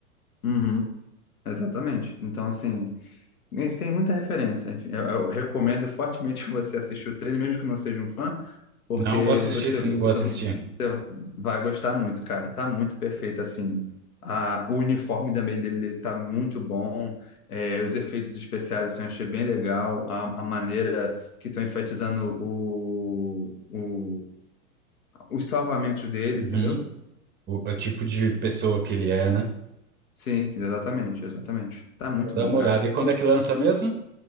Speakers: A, on the left; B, on the right.
A: Uhum, exatamente. Então, assim. Ele tem muita referência. Enfim, Eu, eu recomendo fortemente <laughs> você assistir o trailer, mesmo que não seja um fã, porque
B: Não, vou assistir
A: você,
B: sim,
A: você
B: vou assistir.
A: vai gostar muito, cara. Tá muito perfeito, assim. A, o uniforme também dele, dele tá muito bom. É, os efeitos especiais, assim, eu achei bem legal. A, a maneira que estão enfatizando o, o, os salvamentos dele,
B: Uhum.
A: entendeu?
B: O, o tipo de pessoa que ele é, né?
A: Sim, exatamente, exatamente. Tá muito
B: Vou dar
A: bom,
B: uma
A: cara.
B: olhada. E quando é que lança mesmo?